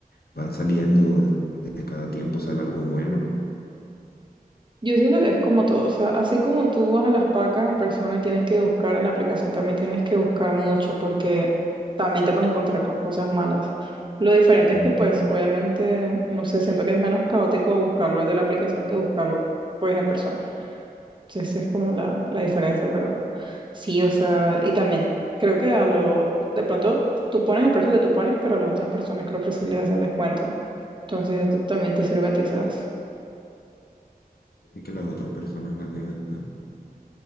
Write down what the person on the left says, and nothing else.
van saliendo de, de cada tiempo sale algo bueno.
Ujú.
Y que las otras personas las den después.